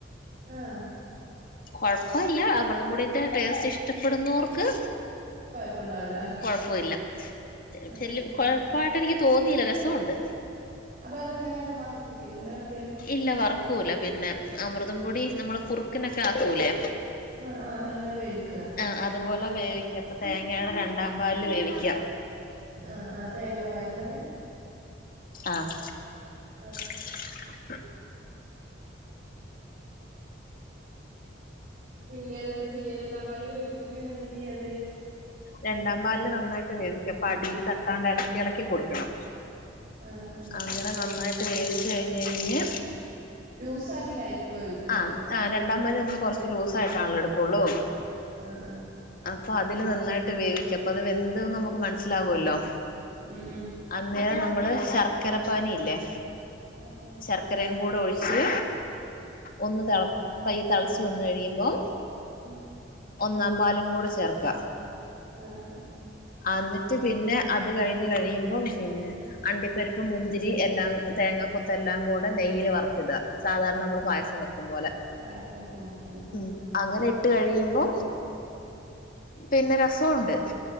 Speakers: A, on the right (about 40°); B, on the left (about 50°).
A: ആഹ്
B: കൊഴപ്പവില്ല അമൃതം പൊടീന്റെ ടേസ്റ്റ് ഇഷ്ട്ടപ്പെടുന്നോർക്ക്
A: കൊഴപ്പണ്ടാവൂല
B: കൊഴപ്പവിഇല്ല
A: ആഹ്
B: ചെല്ലും
A: ആഹ്
B: കൊഴപ് പ്പായിട്ടെനിക്ക് തോന്നിയില്ല രസോണ്ട്
A: അപ്പഅതെന്താകാട്ടി വർത്തിക്കെ എന്താകാട്ടിയെ
B: ഇല്ല വർക്കൂല പിന്നെ അമൃതം പൊടി നമ്മള് കുറുക്കിനൊക്കെ ആക്കൂലേ
A: ആഹ് ആഹ് അങ്ങനെ വേവിക്കുക
B: ആഹ് അതുപോലെ വേവിക്ക അപ്പ തേങ്ങയുടെ രണ്ടാം പാലില് വേവിക്ക
A: ആഹ് ആഹ് തേങ്ങാപ്പാലിലാണ്
B: ആഹ്
A: ആഹ്
B: <inaudible>
A: പിന്നെ അതെന്താ ചെയ്യ രണ്ടാം പാല് വേവിച്ചിട്ട് പിന്നെന്താ ചെയ്യാത്
B: രണ്ടാം പാലില് നന്നായിട്ട് വേവിക്ക പ്പഅടീല് തട്ടാണ്ട് ഇളക്കി ഇളക്കി കൊടുക്കണം
A: ആഹ് ആഹ്
B: അങ്ങനെ നന്നായിട്ട് വേവിച്ച് കഴിഞ്ഞ് കഴിഞ്ഞ്
A: ലൂസാക്കീട്ടായിക്കും വേവിക്
B: ആ ആ രണ്ടാമ്പാല് നമ്മള് കുറച്ച് ലൂസായിട്ടാണല്ലോ എടുക്കുള്ളൂ
A: ആ ആ
B: അപ്പൊ അതില് നന്നായിട്ട് വേവിക്കാം അപ്പൊ അത് വെന്ത്നമുക്ക് മനസ്സിലാകുവല്ലോ
A: ഉ ഉ
B: അന്നേരം നമ്മള് ശർക്കരപ്പാനിയില്ലേ
A: ആ ആ
B: ശർക്കരയും കൂടെ ഒഴിച്ച് ഒന്ന് തെള പയ്യ് തെളച്ച വന്ന് കഴിയുബം
A: ഉം
B: ഒന്നാം പാലും കൂടെ ചേർക്ക
A: ആഹ് ആഹ് ആഹ്
B: അന്നിട്ട് പിന്നെ അത് കഴിഞ്ഞ് കഴിയുമ്പം പിന്നെ അണ്ടിപ്പരിപ്പും മുന്തിരി എല്ലാ തേങ്ങാ കൊത്ത് എല്ലാം കൂടെ നെയ്യ്ല് വർത്തിട സാധാരണ ന്നമ്മള് പായസം വെക് ക്കുംബോലെ
A: പായസമാക്കും പോലെ തന്നെ ആഹ്
B: ഉം അങ്ങനെയിട്ട് ഇട്ട് കഴിയുമ്പോ പിന്നെ രസോണ്ട്.